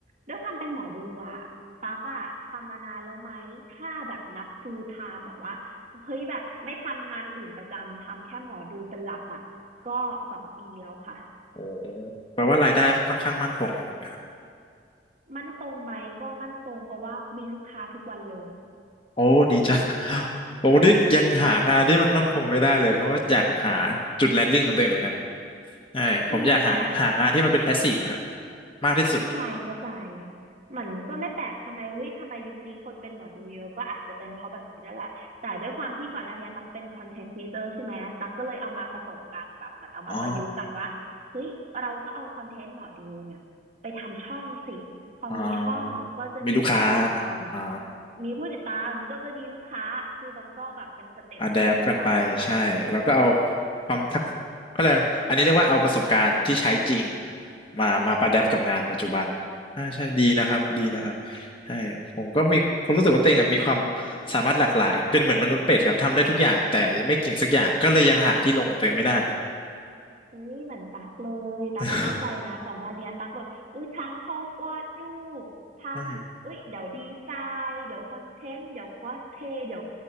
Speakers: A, on the right; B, on the left.
A: ด้วยความเป็นหมอดูอ่ะตั๊กอ่ะทำมานานแล้วไหมถ้าแบบนับ full time แบบว่าเฮ้ยแบบไม่ทำงานอื่นประจำทำแค่หมอดูเป็นหลักอ่ะก็สองปีแล้วค่ะ
B: โอ้แปลว่ารายได้ค่อนข้างมั่นคงเลยถูกไหมครับ
A: มั่นคงไหมก็มั่นคงเพราะว่ามีลูกค้าทุกวันเลย
B: โอ้ดีจัง <laughs> โอ้นี่ยังหางานที่มันมั่นคงไม่ได้เลยเพราะว่าอยากหาจุดแลนดิ้งของตัวเองเหมือนกันใช่ผมอยากหาหางานที่มันเป็นแพสซีฟอะฮะ
A: อืมแต่
B: มากที่สุด
A: เข้าใจเข้าใจ มันก็ไม่แปลกทำไมเฮ้ยทำไมยุคนี้คนเป็นหมอดูเยอะก็อาจจะเป็นเพราะแบบนี้ด้วยแหละแต่ด้วยความที่ก่อนหน้าเนี้ยตักเป็นคอนเทนต์ครีเอเตอร์ใช่ไหมตักก็เลยเอามาผสมกันแบบเหมือนเอามาประยุกต์กันว่าเฮ้ยเราก็เอาคอนเทนต์หมอดูเนี่ยไปทำช่องสิพอมีช่องก็จะมีผู้ติดตาม
B: อ๋อ อ๋อ มีลูกค้า อ๋อ
A: มีผู้ติดตามก็จะมีลูกค้าคือมันก็แบบเป็นสเต็ปสเต็ปไปอะค่ะ
B: อะแดปกันไปใช่แล้วก็เอาความทักก็เลยกอันนี้เรียกว่าเอาประสบการณ์ที่ใช้จริงมามาประแดปกับงานปัจจุบันอ่าใช่ดีนะครับดีนะครับ
A: ใช่ค่ะ
B: ใช่ผมก็มีคุณรู้สึกว่าตัวเองอะมีความสามารถหลากหลายเป็นเหมือนมนุษย์เป็ดครับทำได้ทุกอย่างแต่ไม่เก่งสักอย่างก็เลยยังหาที่ลงของตัวเองไม่ได้
A: เอ้ยเหมือนตักเลยตักก็เข้าใจนะก่อนหน้าเนี้ยตักแบบอุ้ยทั้งชอบวาดรูปทั้งเอุ้ยเดี๋ยวดีไซน์เดี๋ยวคอนเทนต์เดี๋ยวคอสเพย์เดี๋ยว
B: <laughs> ใช่